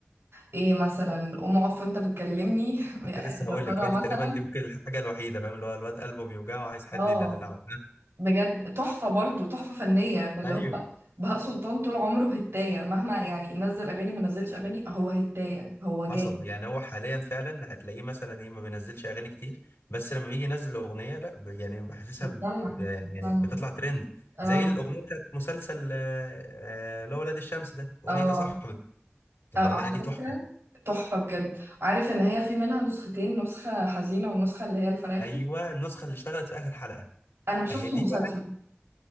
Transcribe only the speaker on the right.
ايه مثلا قوم اقف انت بتكلمني <laughs>
يا ترى
مثلا
اه
بجد تحفة برضو تحفة فنية فاللي
هو بهاء سلطان طول عمره هتاية مهما يعني نزل اغاني ما نزلش اغاني هو هتاية هو جامد
بتسمع
بتسمع
اه
اه
أو
على
فكرة تحفة بجد عارف ان هي في منها نسختين نسخة حزينة والنسخة اللي هي الفرايحي
انا ما شفتش
المسلسل